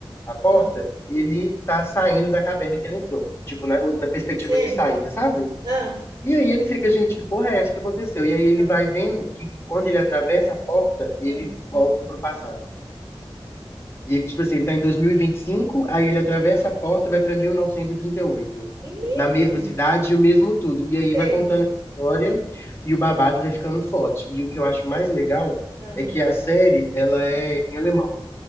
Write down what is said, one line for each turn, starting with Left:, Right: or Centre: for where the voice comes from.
Left: a porta,
Right: Ah,
Left: ele tá saindo da caverna que ele entrou. Tipo, na, na perspectiva
Right: sei.
Left: de saída, sabe?
Right: Ah,
Left: E aí ele fica, gente, que porra é essa que aconteceu? E aí ele
Right: ah,
Left: vai vendo que quando ele atravessa a porta, ele
Right: sei.
Left: volta pro passado. E ele, tipo assim, ele tá em 2025, aí ele atravessa a porta, vai pra 1938.
Right: Menino,
Left: Na mesma cidade, o mesmo tudo. E aí
Right: sei.
Left: vai contando essa história e o babado vai ficando forte. E o que eu acho mais legal
Right: Ah,
Left: é que a série, ela é em alemão.